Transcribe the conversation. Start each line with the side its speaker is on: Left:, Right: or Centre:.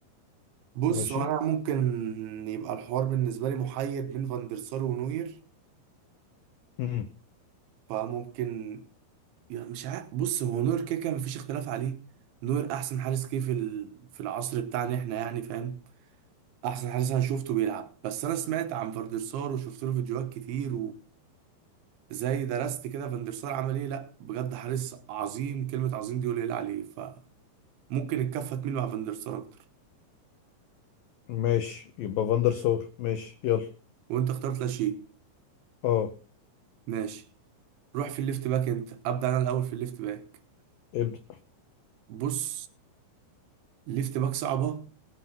Right: بص
Left: ماشي
Right: هو انا ممكن يبقى الحوار بالنسبه لي محير بين فاندرسار ونوير
Left: مم.
Right: فممكن يعني مش عارف بص هو نور كده كده مفيش اختلاف عليه نور احسن حارس جه في ال- في العصر بتاعنا احنا يعني فاهم احسن حارس انا شفته بيلعب بس انا سمعت عن فاندرسار وشفت له فيديوهات كتير وزي درست كده فاندرسار عمل ايه لا بجد حارس عظيم كلمة عظيم دي قليل عليه فممكن الكفة تميل مع فاندرسار اكتر
Left: ماشي يبقى فاندر سار ماشي يلا
Right: وانت اخترت لاشين
Left: اه
Right: ماشي روح في الليفت باك انت ابدا انا الاول في الليفت باك
Left: ابدأ
Right: بص ليفت باك صعبة